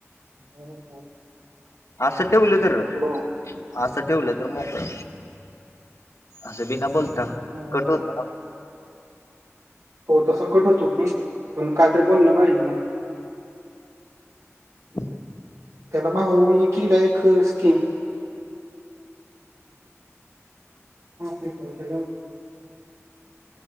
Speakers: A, on the right; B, on the left.
A: हो, हो.
B: असं ठेवलं तर
A: भाऊ
B: असं ठेवलं तर मोकळ. असा बिना बोलता
A: कसं
B: कठोरता ना.
A: हो तसं <unintelligible> पण काय तर बोलण पाहिजे म
B: <unintelligible>
A: त्याला माग मी किल्या एक स्कीम हा पी प पिलो.